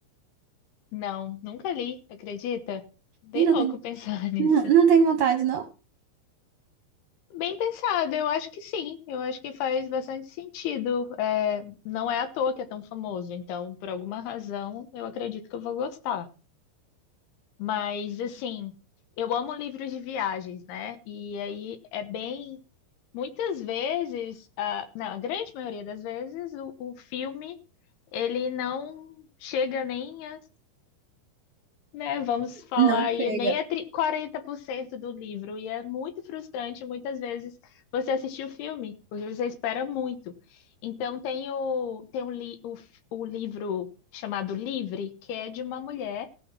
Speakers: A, on the left (about 70°); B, on the right (about 60°).
A: Não, nunca li, acredita? Bem
B: Ih, não
A: louco
B: tem.
A: pensar <laughs> nisso.
B: Não, não tem vontade, não?
A: Bem pensado, eu acho que sim. Eu acho que faz bastante sentido. É, não é à toa que é tão famoso, então, por alguma razão, eu acredito que eu vou gostar. Mas assim, eu amo livros de viagens, né? E aí é bem, muitas vezes, a, não, a grande maioria das vezes, o, o filme ele não chega nem a, né? Vamos falar
B: Não
A: aí,
B: chega.
A: nem a tri- 40% do livro. E é muito frustrante muitas vezes você assistir o filme, porque você espera muito. Então tem o, tem o, li, o, f- o livro chamado Livre, que é de uma mulher